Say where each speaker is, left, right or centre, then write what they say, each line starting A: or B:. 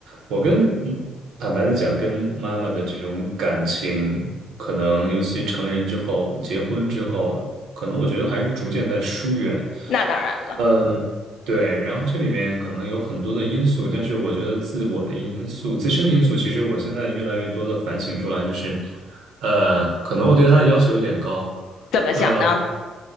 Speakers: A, on the right; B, on the left.
A: 我跟嗯坦白的讲，跟妈妈的这种感情，可能尤其成人之后，结婚之后，可能我觉得还是逐渐在疏远。
B: 那当然了，
A: 嗯。对，然后这里面可能有很多的因素，但是我觉得自我的因素、自身的因素，其实我现在越来越多的反省出来，就是，呃，可能我对他的要求有点高，
B: 怎么讲呢？
A: 呃，